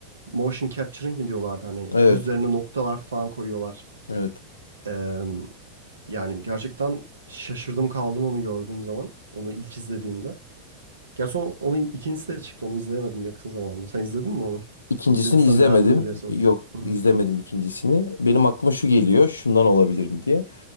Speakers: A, on the right; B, on the left.
A: motion capturing mi diyorlardı hani
B: Evet.
A: yüzlerine noktalar falan koyuyorlar.
B: Evet.
A: Ee, yani gerçekten şaşırdım kaldım onu gördüğüm zaman. Onu ilk izlediğimde. Gerçi o- onun ikincisi de çıktı. Onu izleyemedim yakın zamanda. Sen izledin mi onu?
B: İkincisini
A: İzlediysen
B: izlemedim.
A: beğendin mi diye soracağım.
B: Yok
A: Hı hı.
B: izlemedim ikincisini. Benim aklıma şu geliyor. Şundan olabilir mi diye.